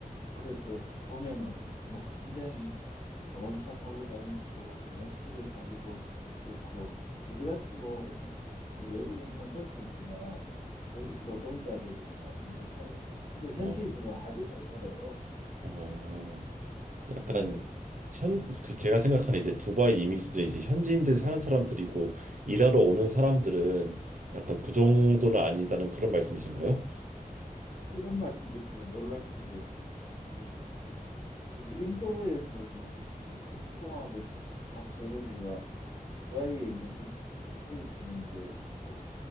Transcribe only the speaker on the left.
그래서 보면은 뭐 굉장히 좋은 차 타고 다니고 좋은 집에 살고 그렇고 우리같이 뭐 어디 이렇게 외국인 컨설턴트나 외국 노동자들 이런 사람들은 못 살죠. 근데 현지인들은
아주 잘 살아요. 뭐,
네.
네.
이런 말씀 드리면 놀랄 텐데 그 저기 인도에서 뭐 이렇게 건축공학을 좀 같이 여러 회가 두바이에 있는 건, 또 호텔 짓는데 뭐